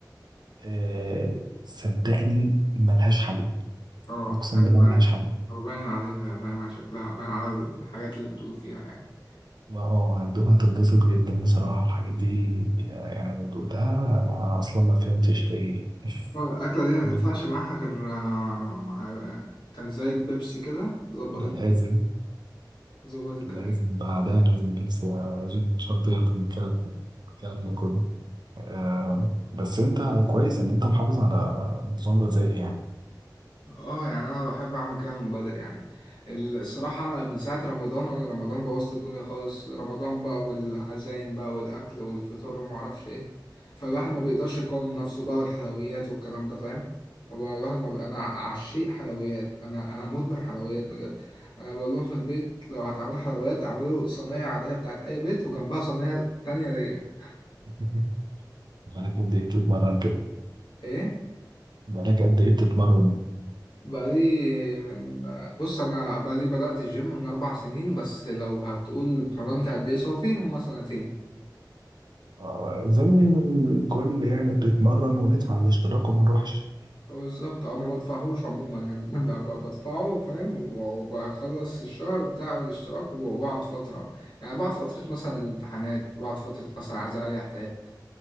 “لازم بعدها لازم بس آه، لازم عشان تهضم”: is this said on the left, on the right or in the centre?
Right